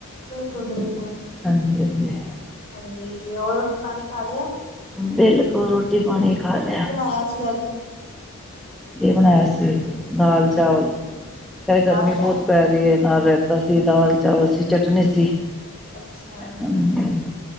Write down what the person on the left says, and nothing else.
ਬਿਲਕੁਲ-ਬਿਲਕੁਲ
ਹਾਂਜੀ ਹੋਰ ਰੋਟੀ ਪਾਣੀ ਖਾ ਲਿਆ?
ਆਇਆ ਸੀ ਅੱਜ
ਦਾਲ ਚਾਵਲ
ਅੱਛਾ।